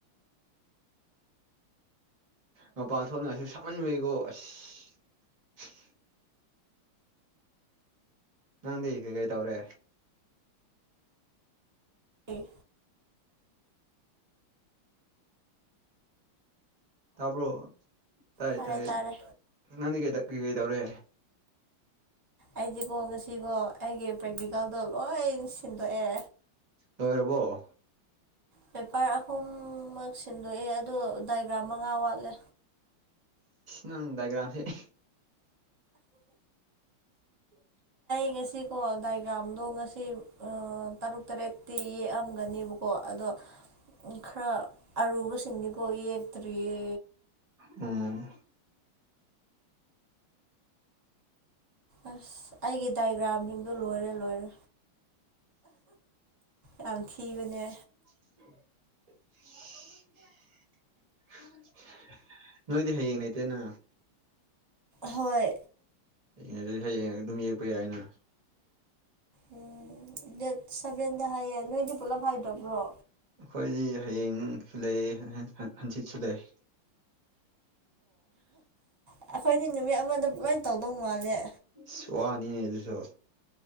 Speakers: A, on the right (about 45°); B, on the right (about 25°).
A: ꯃꯄꯥꯟ ꯊꯣꯛꯅꯥꯏꯁꯨ ꯁꯝꯍꯟꯕꯩꯀꯣ ꯑꯁ ꯅꯪꯗꯤ ꯀꯩ ꯀꯩ ꯇꯧꯔꯦ
B: ꯎ
A: ꯇꯥꯕ꯭ꯔꯣ ꯇꯥꯏꯌꯦ
B: ꯇꯥꯔꯦ
A: ꯇꯥꯏꯌꯦ
B: ꯇꯥꯔꯦ
A: ꯅꯪꯗꯤ ꯀꯩ ꯀꯩ ꯀꯩꯗꯧꯔꯦ
B: ꯑꯩꯗꯤꯀꯣ ꯉꯁꯤꯀꯣ ꯑꯩꯒꯤ ꯄ꯭ꯔꯦꯛꯇꯤꯀꯦꯜꯗꯣ ꯂꯣꯏ ꯁꯤꯟꯗꯣꯛꯑꯦ
A: ꯑꯣꯏꯣꯏꯔꯕꯔꯕꯣ
B: ꯄꯦꯄꯔ ꯑꯍꯨꯝꯃꯛ ꯁꯤꯟꯗꯣꯛꯑꯦ ꯑꯗꯣ ꯗꯥꯏꯒ꯭ꯔꯥꯝ ꯃꯉꯥ ꯋꯥꯠꯂꯦ
A: ꯅꯪꯗꯒ꯭ꯔꯥꯃꯦꯦ ꯎ
B: ꯌꯦ ꯉꯁꯤꯀꯣ ꯗꯥꯏꯒ꯭ꯔꯥꯝꯗꯣ ꯉꯁꯤ ꯇꯔꯨꯛ ꯇꯔꯦꯠꯇꯤ ꯌꯦꯛꯑꯝꯒꯅꯦꯕꯀꯣ ꯀꯣ ꯑꯗꯣ ꯈꯔ ꯑꯔꯨꯕꯁꯤꯡꯗꯤꯀꯣ ꯌꯦꯛꯇ꯭ꯔꯤꯌꯦ
A: ꯎꯝ
B: ꯑꯁ ꯑꯩꯒꯤ ꯗꯥꯏꯒ꯭ꯔꯥꯝꯁꯤꯡꯗꯨ ꯂꯣꯏꯔꯦ ꯂꯣꯏꯔꯦ ꯌꯥꯝ ꯊꯤꯕꯅꯦ
A: <inaudible> ꯅꯣꯏꯗꯤ ꯍꯌꯦꯡ ꯅꯇꯦꯅ
B: ꯍꯣꯏ
A: ꯍꯉ ꯑꯗꯨꯗꯤ ꯍꯌꯦꯡ ꯑꯗꯨꯝ ꯌꯦꯛꯄ ꯌꯥꯏ ꯑꯩꯅꯅ
B: ꯎꯝ ꯗꯦꯠ ꯁꯚꯦꯟꯗ ꯍꯥꯏꯌꯦ ꯅꯣꯏꯗꯤ ꯄꯨꯂꯞ ꯍꯥꯏꯗꯕ꯭ꯔꯣ
A: ꯑꯩꯈꯣꯏꯗꯤ ꯍꯌꯦꯡꯁꯨ ꯂꯩ ꯍꯪꯆꯤꯠꯁꯨ ꯂꯩ
B: ꯑꯣ ꯑꯩꯈꯣꯏꯗꯤ ꯅꯨꯃꯤꯠ ꯑꯃꯗ ꯂꯣꯏ ꯇꯧꯗꯧ ꯃꯥꯜꯂꯦ
A: ꯁꯣꯍꯅꯤꯅꯦ ꯑꯗꯨꯁꯨꯣ